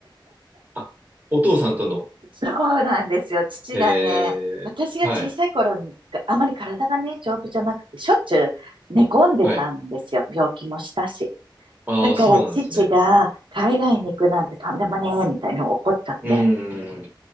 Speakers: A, on the right; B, on the right.
A: あ、お父さんとの。
B: そうなんですよ。父がね、
A: へえ、
B: 私が小さい頃に、
A: はい、
B: あまり体がね、丈夫じゃなくて、しょっちゅう寝込んでたんですよ。
A: はい。
B: 病気もしたし。
A: ああ、
B: だから父が海外に行くなんてとんでもねえ、
A: そうなんですね。
B: みたいに怒っちゃって。
A: うん。